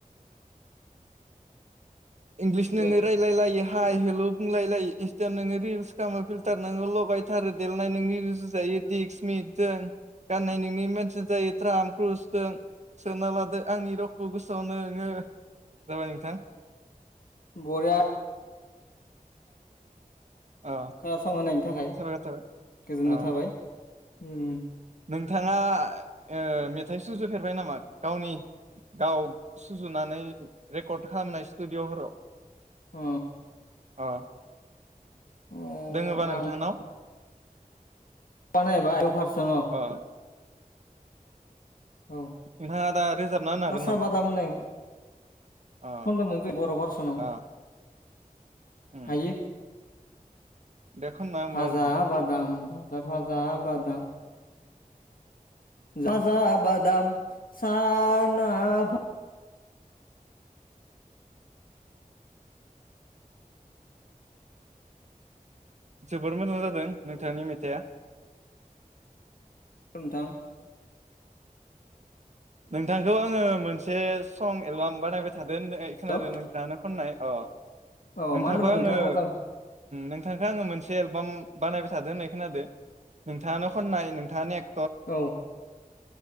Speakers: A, on the right; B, on the left.
A: इंलिसनिनो
B: दे
A: रायलायलायो हाय हेलौ बुंलाय लायो इनसथायाव नों रिस खामो फिलथार नोंङो लगाय थारो देलायनाय नोंनि रुजु जायो दिस मिसथोन गाननाय नोंनि द्राम दिसफ्रोन सोना लादो आंनि रावखौ गोसोआव नोंङो जाबाय नोंथां
B: बरिया
A: अ
B: खोनासंहायनि थाखाय
A: साबायखर थाबाय
B: गोजोननाय
A: अ
B: थाबाय उम
A: नोंथाङा ओ मेथाइ सुजुफेरबाय नामा गावनि गाव सुजुनानै रेकर्ड खालामनाय स्टुडिअ'फोराव
B: अ
A: अ
B: अ
A: दोंङोबा नोंथांनाव
B: बानायाबा दफार दंङ
A: अ
B: औ
A: नोंथाङा दा रोजाबना होनो
B: खासा
A: हागोन नामा
B: बादाम होननाय
A: अ
B: खनदोंमोन जे बर' भारसनाव
A: अ उम
B: हायो
A: दे खनना होमबा
B: फाजा
A: नोंथां
B: बादाम ओ फाजा बादाम फाजा बादाम साना ना बा
A: जोबोर मोजां जादों नोंथांनि मेथाइआ
B: नोंथां
A: नोंथांखौ आङो मोनसे सं एलबाम बानायबाथाय थादो होननाय खोनादो
B: औ
A: दानो खननाय अ
B: औ
A: नोंथांखौ
B: मा होनोमोन
A: आङो
B: नोंथां मोजां
A: नोंथांखौ आङो मोनसे एलबाम बानायबाय थादो होननाय खोनादो नोंथाङानो खननाय नोंथाङा एक
B: औ